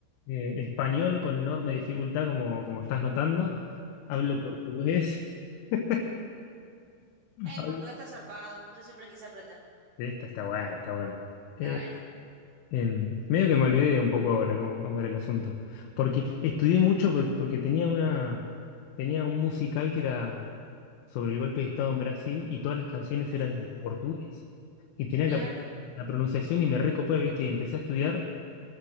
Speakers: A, on the left; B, on the right.
A: eh, español con enorme dificultad, como, como estás notando. Hablo portugués. <laughs>
B: el
A: Hablo-
B: portugués está zarpado. Yo siempre quise aprender.
A: Esta está buena, está bueno. Eh,
B: La bueno.
A: em, medio que me olvidé un poco ahora cómo, cómo era el asunto. Porque estudié mucho por- porque tenía una, tenía un musical que era sobre el golpe de Estado en Brasil y todas las canciones
B: Ah,
A: eran en portugués y tenía
B: claro.
A: que aprender la pronunciación y me recopé, ¿viste? Y empecé a estudiar